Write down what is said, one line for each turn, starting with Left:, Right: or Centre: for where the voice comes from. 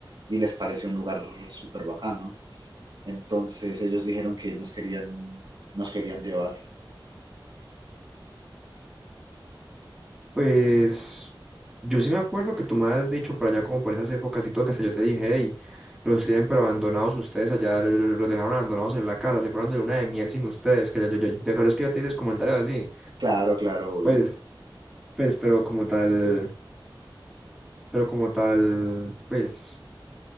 Right: y les pareció un lugar súper bacano. Entonces ellos dijeron que nos querían, nos querían llevar.
Centre: Pues, yo sí me acuerdo que tú me has dicho por allá como por esas épocas y todo, que hasta yo te dije, hey, los tienen pero abandonados ustedes allá, lo- lo- lo- los dejaron abandonados en la casa, se fueron de luna de miel sin ustedes, que ya yo, yo, yo- te acuerdas que yo te hice comentarios así.
Right: Claro, claro, obvio.
Centre: Pues, pues, pero como tal, pero como tal, pues.